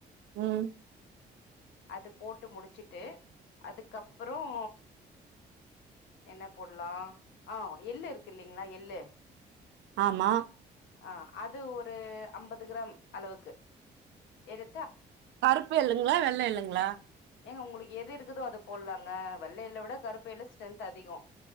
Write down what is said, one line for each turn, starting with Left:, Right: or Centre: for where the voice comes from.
Right: உம்
Left: அது போட்டு முடுச்சுட்டு அதுகப்புறம் என்ன போடலா ஆஹ் எள்ளு இருக்குலைங்களா எள்ளு
Right: ஆமா
Left: ஆஹ் அது ஒரு அம்பது கிராம் அளவுக்கு எடு
Right: கருப்பு எல்லுங்களா வெள்ள எல்லுங்களா
Left: ஏங்க உங்களுக்கு எது இருக்குதோ அது போடலாங்க வெள்ளை எள்ள விட கருப்பு எள்ள ஸ்ட்ரென்த் அதிகம்